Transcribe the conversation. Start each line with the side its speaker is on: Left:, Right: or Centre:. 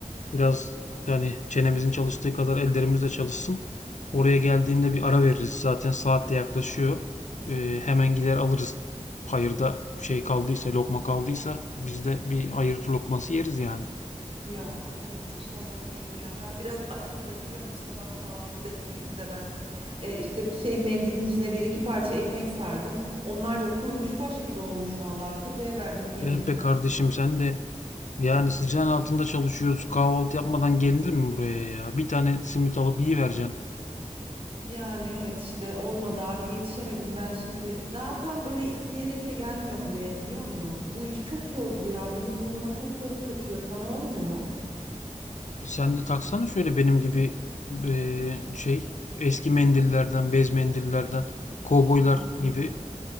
Left: Biraz yani çenemizin çalıştığı kadar ellerimiz de çalışsın. Oraya geldiğinde bir ara veririz. Zaten saat de yaklaşıyor. Ee, hemen gider alırız. Hayırda şey kaldıysa, lokma kaldıysa biz de bir hayır lokması yeriz yani.
Right: Ya evet inşallah yiyelim ya. Ben biraz açım da biliyor musun? Sabah kahvaltı da etmedim de ben e, işte bir şey mendilin içine bir iki parça ekmek sardım. Onlar da kurumuş taş gibi olmuş vallahi. Köpeğe verdim yemediler.
Left: Evet be kardeşim sen de yani sıcağın altında çalışıyoruz. Kahvaltı yapmadan gelinir mi buraya ya? Bir tane simit alıp iyi vereceksin.
Right: Yani evet işte olmadı abi yetişemedim ben şimdi. Daha tam böyle isteyerek de gelmiyorum buraya biliyor musun? Bu iş çok tozlu ya. Benim burnuma çok toz kaçıyor. Sana olmuyor mu?
Left: Sen de taksana şöyle benim gibi eee, şey eski mendillerden, bez mendillerden, kovboylar
Right: Hmm.
Left: gibi